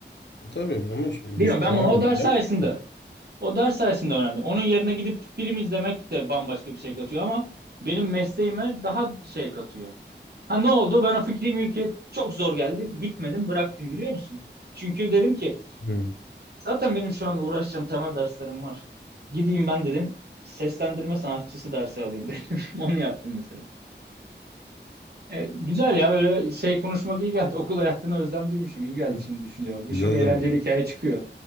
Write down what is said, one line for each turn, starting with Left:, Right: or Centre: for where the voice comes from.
Left: E, tabii ama şimdi
Right: Bilmiyorum
Left: düş.
Right: ben
Left: Aa,
Right: bunu o ders
Left: güzel
Right: sayesinde
Left: bir fikir.
Right: o ders sayesinde öğrendim. Onun yerine gidip film izlemek de bambaşka bir şey katıyor ama benim mesleğime daha şey katıyor. Ha ne oldu? Ben o fikri mülkiyet çok zor geldi. Gitmedim, bıraktım biliyor musun? Çünkü dedim ki
Left: Hı.
Right: Zaten benim şu an uğraşacağım temel derslerim var. Gideyim ben dedim seslendirme sanatçısı dersi alayım dedim. <laughs> Onu yaptım mesela. E, güzel ya böyle şey konuşmak iyi geldi. <laughs> Okul hayatına özlem duymuşum. İyi geldi
Left: <laughs>
Right: şimdi düşünce bak. Birçok
Left: Güzel
Right: eğlenceli
Left: zamanlar.
Right: hikaye çıkıyor.